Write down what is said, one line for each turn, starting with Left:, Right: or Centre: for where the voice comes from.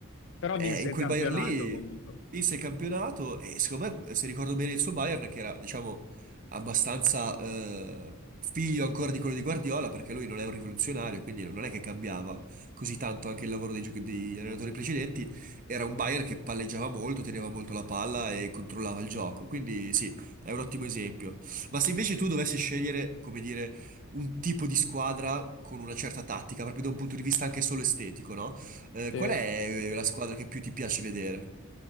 Left: Però
Right: eh,
Left: vinse
Right: in
Left: il
Right: quel
Left: campionato
Right: Bayern lì
Left: comunque.
Right: vinse il campionato e secondo me, se ricordo bene il suo Bayern, che era, diciamo, abbastanza eh, figlio ancora di quello di Guardiola, perché lui non è un rivoluzionario, quindi non è che cambiava così tanto anche il lavoro dei giochi- degli allenatori precedenti, era un Bayern che palleggiava molto, teneva molto la palla e controllava il gioco. Quindi sì, è un ottimo esempio. Ma se invece tu dovessi scegliere, come dire, un tipo di squadra con una certa tattica, proprio da un punto di vista anche solo estetico, no? Eh,
Left: Sì.
Right: qual è eh, la squadra che più ti piace vedere?